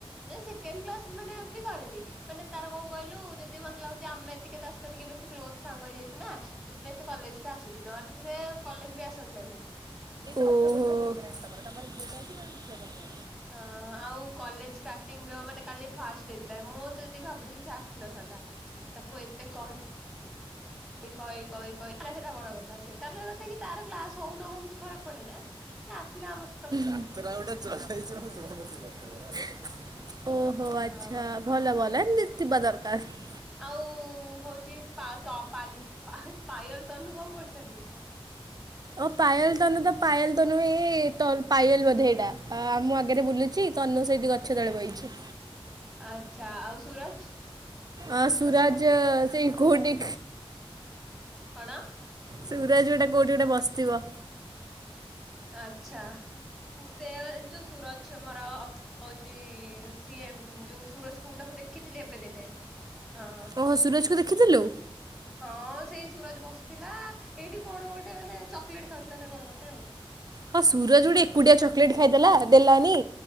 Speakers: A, in the centre; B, on the right (about 40°).
A: ନା ସେକେଣ୍ଡ କ୍ଲାସ ମାନେ ବି କରେନି। ମାନେ ତାର କଣ କହିଲୁ ଯଦି ମତେ ଲାଗୁଛି ଆମେତିକେ ତା ସହିତ ଟିକେ ବେଶୀ କ୍ଲୋଜ ସାଙ୍ଗ ହେଇଯାଇଛୁ ନା ସେଥିପାଇଁ ସେ କଲେଜ ଟା ଆସୁଛି ନହେଲେ ସେ ସେ କଲେଜ ବି ଆସନ୍ତାନି।
B: ଓହୋ। <inaudible>
A: ହଁ ଆଉ କଲେଜ ଷ୍ଟାଟିଙ୍ଗ ର ମାନେ କାଲି ଫାଷ୍ଟ ଡେ ଥିଲା ମୁଁ ଯେତିକି ଭାବୁଥିଲି ସେ ଆସ ନଥାନ୍ତା ତାକୁ ଏତେ କହି କହି କହି ସେଇଟା ବଡ କଥା ସେଟାଗ କଥା କି ତାର କ୍ଲାସ ହଉ ନ ହଉ କିଛି ଫରକ ପଡେନା। ମାନେ ଆସିଲା ଆମ ସହ
B: ଓହୋ
A: ହଁ
B: ଆଚ୍ଛା ଭଲ ଭଲ ଏମିତି ଥିବା ଦରକାର
A: ଆଉ ହଉଛି ପା ତ ପାଲି ପା ପାୟଲ ତନୁ କଣ କରିଛନ୍ତି।
B: ଓ ପାୟଲ ତନୁ ତ ପାଏଲ ତ ନୁହେଁ ତ ପାଏଲ ବୋଧେ ଏଇଟା ଆମଁ ଆଗରେ ବୁଲୁଛି ତନ ସେଇଠି ଗଛ ତଳେ ବଇଛି।
A: ଆଚ୍ଛା ଆଉ ସୁରଜ
B: ଅ ସୁରଜ ସେଇ ଖୋଟି
A: କଣ
B: ସୁରଜ ଗୋଟା କେଉଁଠି ଗୋଟେ ବସ୍ ଥିବ।
A: ଆଚ୍ଛା ସେ ଯୋ ସୁରଜ ଆମର ହଉଛି ସିଏ ଯୋଉ ସୁରଜ କୁମ ତାକୁ ଦେଖିଥିଲି ଏବେ ଦିନେ। ହଁ
B: ଓହୋ ସୁରଜକୁ ଦେଖିଥିଲୁ?
A: ହଁ ସେଇ ସୁରଜ ବସିଥିଲା ଏଇଠି କଣ ଗୋଟେ ମାନେ ଚକ୍ଲେଟ ଖାଉଥିଲା ନା କଣ ଗଟେ ଆଉ
B: ହଁ ସୁରଜ ଗୋଟେ ଏକୁଟିଆ ଚକୋଲେଟ ଖାଇଦେଲା ଦେଲାନି।